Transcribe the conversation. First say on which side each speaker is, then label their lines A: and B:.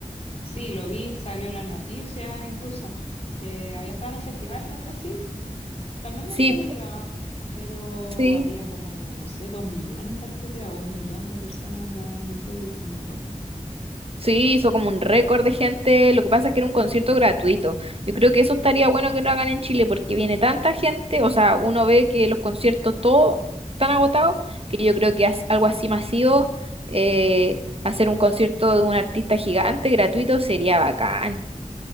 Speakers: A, on the left; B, on the right.
A: Sí, lo vi, salió en las noticias incluso, que había estado en un festival de Brasil También
B: Sí,
A: me gusta Lady Gaga, pero
B: sí.
A: había como, no sé, dos millones, parece que era, o un millón de personas en la, en el público, no me acuerdo.
B: Sí, hizo como un récord de gente. Lo que pasa es que era un concierto gratuito. Yo creo que eso estaría bueno que lo hagan en Chile porque viene tanta gente. O sea, uno ve que los conciertos todos están agotados, que yo creo que as- algo así masivo, eh, hacer un concierto de un artista gigante gratuito sería bacán.